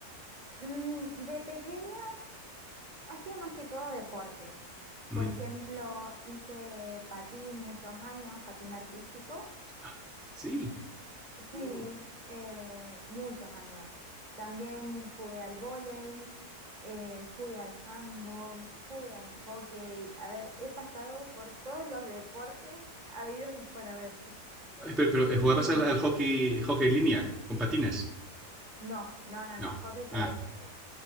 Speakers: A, on the right; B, in the centre.
A: Mm, de pequeña hacía más que todo deportes.
B: Mm.
A: Por ejemplo, hice patín muchos años, patín artístico.
B: Ah, Sí.
A: Sí,
B: Mm.
A: eh, muchos años. También jugué al vóley, eh, jugué al handball, jugué al hockey. A ver, he pasado por todos los deportes habidos y por haber.
B: Ay, Pero, pero, eh,
A: Eh,
B: ¿jugabas al, al hockey, hockey en línea con patines?
A: No, no, no,
B: No.
A: no, hockey sobre
B: Ah,
A: césped.